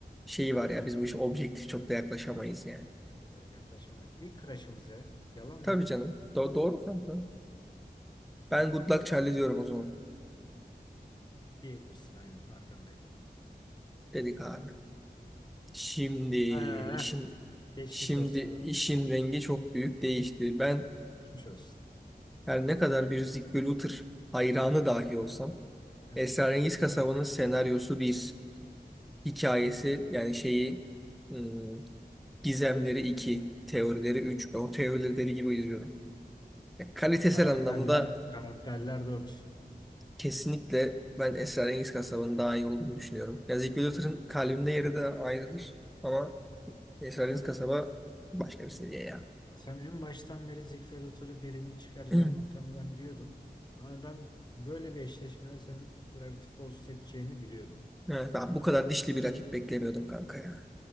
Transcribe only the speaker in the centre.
şeyi var ya. Biz bu işe objektif çok da yaklaşamayız yani.
Tabii
canım. Do- doğru kanka. Ben Good Luck Charlie diyorum o zaman.
Dedik abi. Şimdi
işin
şimdi
işin rengi çok büyük değişti. Ben
her ne kadar bir Zig ve Luther hayranı dahi olsam
Esrarengiz Kasaba'nın senaryosu bir hikayesi yani şeyi ım, gizemleri 2 teorileri 3 Ben o teorileri deli gibi izliyorum. Ya, kalitesel
anlamda
kesinlikle ben Esrarengiz Kasaba'nın daha iyi olduğunu düşünüyorum. Ya Zeki Luther'ın kalbimde yeri de ayrıdır ama Esrarengiz Kasaba başka bir seviye ya.
<clears throat>
Evet, ben bu kadar dişli bir
rakip beklemiyordum kanka ya.